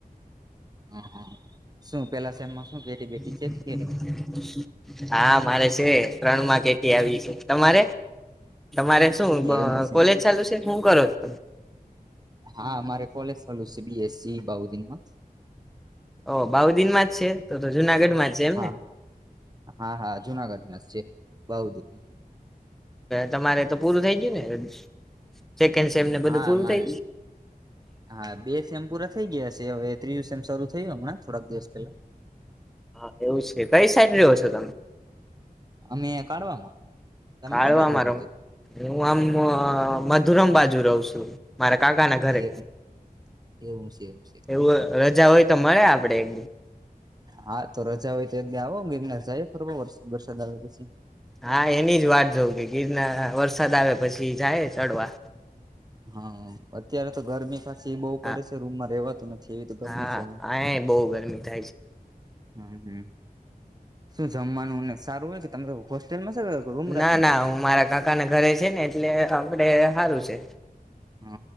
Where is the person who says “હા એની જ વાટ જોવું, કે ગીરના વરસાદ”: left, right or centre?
Centre